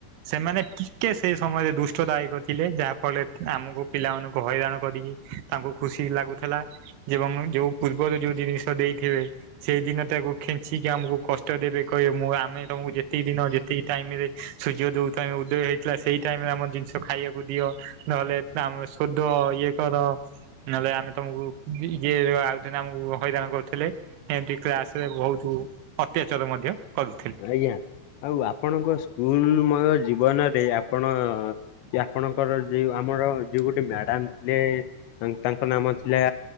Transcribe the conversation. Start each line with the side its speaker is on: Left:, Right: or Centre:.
Right: ସେମାନେ ଟିକେ ସେଇ ସମୟରେ ଦୁଷ୍ଟଦାୟକ ଥିଲେ ଯାହା ଫଳ ଆମକୁ ପିଲାମାନଙ୍କୁ ହଇରାଣ କରିକି ତାଙ୍କୁ ଖୁସି ଲାଗୁଥିଲା। ଏବଂ ଯୋଉ ପୂର୍ବରୁ ଯୋଉ ଜିନିଷ ଦେଇଥିବେ ସେଇ ଦିନ ତାକୁ ଖେଞ୍ଚିକି ଆମକୁ କଷ୍ଟ ଦେ ବେ କହିବ ମୁଁ ଆମେ ତମକୁ ଯେତିକି ଦିନ ଯେତିକି ଟାଇମ ରେ ସୂର୍ଯ୍ୟ ଦଉମ ଉଦୟ ହେଇଥିଲା ସେଇ ଟାଇମରେ ଆମର ଜିନିଷ ଖାଇବାକୁ ଦିଅ ନହେଲେ ଆମର ସଦ ହ ଇଏ କର ନହେଲେ ଆମେ ତମକୁ ଏ ଆଉିନ ଆମକୁ ହଇରାଣ କରୁଥିଲେ ଏମିତି କ୍ଲାସରେ ବହୁତ ଅତ୍ୟାଚାର ମଧ୍ୟ କରୁଥିଲେ।
Left: ଆଜ୍ଞା, ଆଉ ଆପଣଙ୍କ ସ୍କୁଲ ମୟ ଜୀବନରେ ଆପଣ ଆପଣଙ୍କର ଯଉ ଆମର ଯୋଉ ଗୋଟେ ମ୍ୟାଡାମ ଥିଲେ ତାଙ୍କ ନାମ ଥିଲା